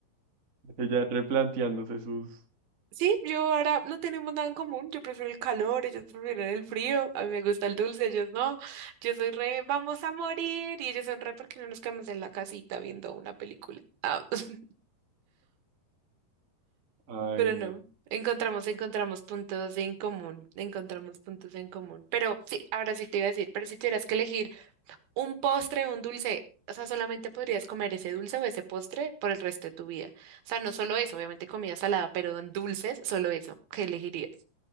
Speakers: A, on the right; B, on the right.
A: Ella replanteándose sus...
B: Sí, yo ahora no tenemos nada en común. Yo prefiero el calor, ellos prefieren el frío. A mí me gusta el dulce, ellos no. Yo soy re, vamos a morir. Y ellos son re porque no nos quedamos en la casita viendo una película. Ah. <laughs>
A: Ay,
B: Pero
A: no.
B: no, encontramos, encontramos puntos en común, encontramos puntos en común. Pero sí, ahora sí te iba a decir, pero si tuvieras que elegir un postre o un dulce, o sea, solamente podrías comer ese dulce o ese postre por el resto de tu vida. O sea, no solo eso, obviamente comida salada, pero en dulces, solo eso, ¿qué elegirías?